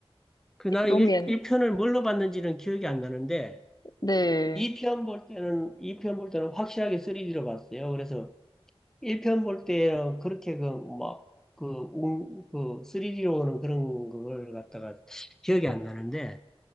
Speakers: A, in the centre; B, on the left.
A: 그 나는
B: 너무
A: 일일편을
B: 옛,
A: 뭘로 봤는지는 기억이 안 나는데,
B: 네.
A: 이 편 볼 때는, 이 편 볼 때는 확실하게 3D로 봤어요. 그래서 일 편 볼 때는 그렇게 그, 막, 그, 웅, 그, 3D로 오는 그런 걸 갖다가 기억이 안 나는데,